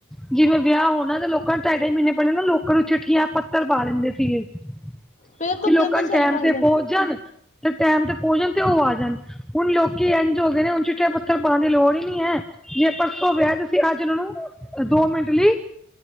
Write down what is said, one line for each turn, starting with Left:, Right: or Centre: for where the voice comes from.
Centre: ਜਿਵੇਂ ਵਿਆਹ ਹੋਨਾ, 'ਤੇ ਲੋਕਾਂ ਨੂੰ ਢਾਈ- ਢਾਈ ਮ੍ਹੀਨੇ ਪਹਿਲਾ ਨਾ ਲੋਕਾਂ ਨੂੰ ਚਿੱਠੀਆਂ-ਪੱਤਰ ਪਾ ਦਿੰਦੇ ਸੀਗੇ। ਕੇ
Left: ਬਿਲਕੁਲ
Centre: ਲੋਕਾਂ
Left: ਬਿਲਕੁਲ
Centre: ਨੂੰ
Left: ਸਹੀ
Centre: ਟੈਮ
Left: ਗੱਲ
Centre: 'ਤੇ
Left: ਹੈ
Centre: ਪਹੁੰਚ ਜਾਨ। 'ਤੇ ਟੈਮ ਤੇ ਪਹੁੰਚਨ ਤੇ ਉਹ ਆ ਜਾਨ, ਹੁਨ ਲੋਕੀ ਐੰਜ ਹੋ ਗਏ ਨੇ ਹੁਨ ਚਿੱਠੀਆਂ-ਪੱਤਰ ਪਾਨ ਦੀ ਲੋੜ ਈ ਕੀ ਐ, ਜੇ ਪਰਸੋਂ ਵਿਆਹ ਤੁਸੀਂ ਅੱਜ ਉਨਾਂ ਨੂੰ ਦੋ ਮਿੰਟ ਲੀ,